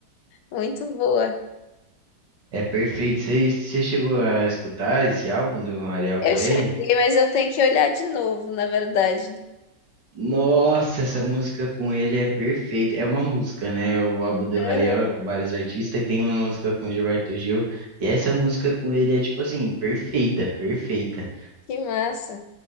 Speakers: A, on the left (about 85°); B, on the right (about 80°).
A: muito boa.
B: É perfeito. Você você chegou a escutar esse álbum do Hariel
A: Eu
B: com
A: cheguei,
B: ele?
A: mas eu tenho que olhar de novo, na verdade.
B: Nossa, essa música com ele é perfeita. É uma música, né? O álbum do
A: Aham,
B: Rariel é com vários artistas e tem uma música com o Gilberto Gil. E essa música com ele é tipo assim, perfeita, perfeita.
A: que massa,